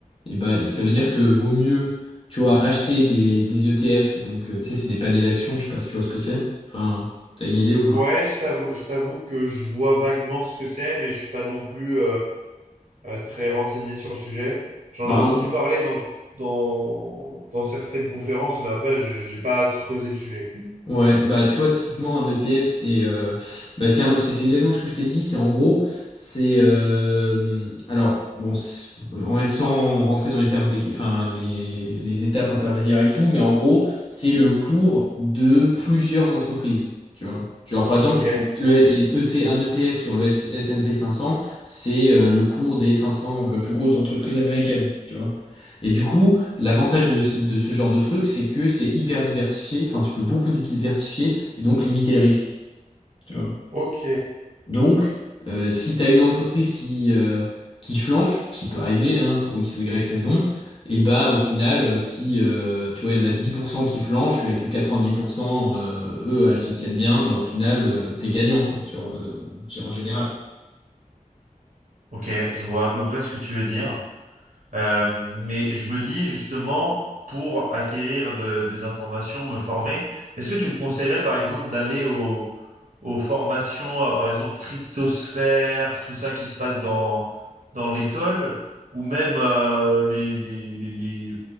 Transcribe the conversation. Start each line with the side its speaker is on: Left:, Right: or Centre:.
Left: et ben, ça veut dire que vaut mieux, tu vois, acheter des, des ETF. Donc, euh, tu sais, c'est des paniers d'actions. Je sais pas si tu vois ce que c'est. Enfin, t'as une idée ou pas?
Right: Ouais, je t'avoue, je t'avoue que je vois vaguement ce que c'est, mais je suis pas non plus, euh, très renseigné sur le sujet. J'en
Left: Bah,
Right: ai entendu parler dans, dans, dans certaines conférences, mais après, je n'ai pas creusé le sujet.
Left: Ouais, bah tu vois, typiquement un ETF, c'est euh, bah, c'est un- c'est- c'est exactement ce que je t'ai dit, c'est en gros, c'est euh, alors bon, c'est- en sans rentrer dans les termes techniques, enfin les, les étapes intermédiaires et tout, mais en gros, c'est le cours de plusieurs entreprises, tu vois. Genre par exemple,
Right: Ok,
Left: le, ET, un ETF sur le S- S&P 500, c'est euh, le cours des 500 euh, plus grosses entreprises américaines, tu vois. Et du coup, L'avantage de, ce- de ce genre de truc, c'est que c'est hyper diversifié, enfin tu peux beaucoup diversifier et donc limiter le risque. tu vois.
Right: ok,
Left: Donc, euh, si tu as une entreprise qui, euh, qui flanche, ce qui peut arriver hein, pour X ou Y raison, et bah au final, euh, si euh, tu vois, il y en a 10% qui flanchent et que 90% euh, eux, elles se tiennent bien, bah au final, euh, t'es gagnant quoi, sur, euh, en général.
Right: ok, je vois à peu près ce que tu veux dire. Euh, mais je me dis justement, pour acquérir de- des informations, me former, est-ce que tu me conseillerais par exemple d'aller au- aux formations, euh, par exemple cryptosphère, tout ça qui se passe dans, dans l'école, ou même euh, les, les, les, les-